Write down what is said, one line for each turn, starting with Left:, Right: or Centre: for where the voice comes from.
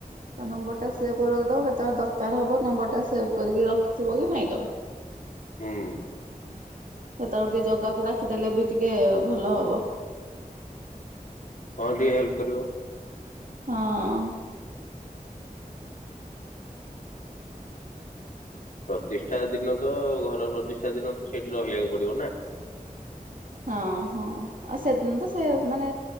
Right: ତା ନମ୍ବର ଟା ସେଭ କରିବାକୁ ଦବ କେତେବେଳେ, ଦରକାର ହବ ନମ୍ବର ଟା ସେଭ କରିକି ରଖିଥିବ କି ନାଇଁ ତମେ
Left: ହୁଁ।
Right: ସେତେବେଳକୁ ଟିକେ ଜଗାକୁ ଡାକିଦେଲେ ବି ଟିକେ ଭଲ ହବ।
Left: ହଁ ଟିକେ ହେଲ୍ପ କରିବ।
Right: ହଁ।
Left: ପ୍ରତିଷ୍ଠା ଦିନ ତ ଘର ପ୍ରତିଷ୍ଠା ଦିନ ତ ସେଇଠି ରହିବାକୁ ପଡିବ ନା?
Right: ହଁ ହଁ ଆଉ ସେଦିନ ତ ସେମାନେ